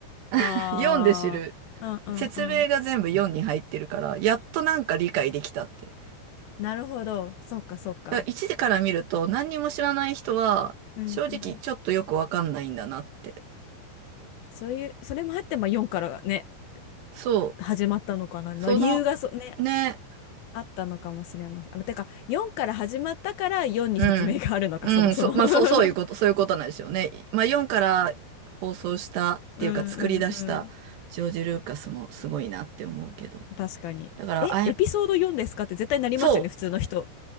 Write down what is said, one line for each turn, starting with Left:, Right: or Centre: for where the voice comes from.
Left: ああ。
Right: <laughs> 4で知る。
Left: うんうんうん。
Right: 説明が全部4に入ってるから、やっとなんか理解できたって。
Left: なるほど。そっかそっか。
Right: だから1でから見ると何にも知らない人は、
Left: うんうん。
Right: 正直ちょっとよくわかんないんだなって。
Left: そういう、それもあって、まあ4からね、
Right: そ
Left: 始まったのかな。
Right: う。
Left: まあ理由がそ、
Right: その、
Left: ね、
Right: ね、
Left: あったのかもしれません。あ、てか、4から始まったから4に説明があるのか、
Right: うん。うん、
Left: そもそも。
Right: そう、まあ、
Left: <laughs>
Right: そう、そういうこと、そういうことなんですよね。まあ、4から放送したっていうか、
Left: うんうんうん。
Right: 作り出したジョージ・ルーカスもすごいなって思うけど。
Left: 確かに。
Right: だから、
Left: え、
Right: あえ、
Left: エピソード4ですかって絶対なりますよね、
Right: そ
Left: 普通の人。